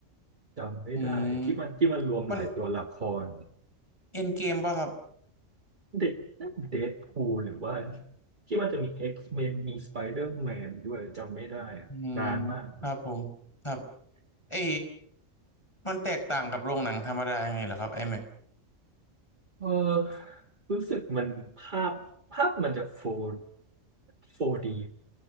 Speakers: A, on the right (about 40°); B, on the left (about 20°).
A: จำไม่ได้ที่มันที่มันรวมหลายตัวละคร
B: อืมมันเอ็นเกมป่ะครับ
A: เด็กนั่นเดดพูลหรือว่าที่มันจะมี X-Men มนมี Spider-Man ดอร์แมนด้วยจำไม่ได้อะนานมาก
B: อืมครับผมครับเออมันแตกต่างกับโรงหนังธรรมดายังไงเหรอครับ IMAX อแม็กซ์
A: เออรู้สึกมันภาพภาพมันจะโฟร์โฟร์ดี